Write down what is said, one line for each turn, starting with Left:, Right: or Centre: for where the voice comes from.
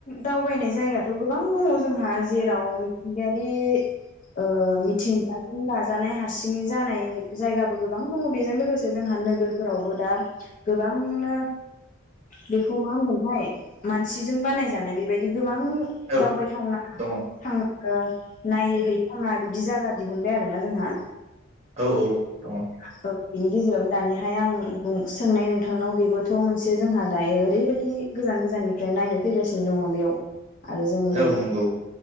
Left: दावबायनाय जायगायाथ गोबां दङ जोंहा जेराव गायारि ओ मिथिंगाजों दाजानाय हारसिङै जानाय जायगाबो गोबां दङ बेजों लोगोसे जोंहा नोगोरफोरावबो दा गोबां बांनो बेखौ मा होनगोनथाय मानसिजों बानायजानाय बेबायदि गोबां बां
Right: औ
Left: दावबायथावना
Right: दङ औ
Left: थां ओ नायहै वना बिबदि जागा दिहुनबाय आरो ना जोंहा
Right: औ औ दङ
Left: <inaudible> बिनि गेजेरावनो दानिया थाय आं बुं सोंनाय नों थांनाय बेबोथ मोनसे जोंहा दायो ओरैबायदि गोजान गोजाननिफ्राय नायनो फैगासिनो दङ बेयाव। आरो जोंनि
Right: औ नंगौ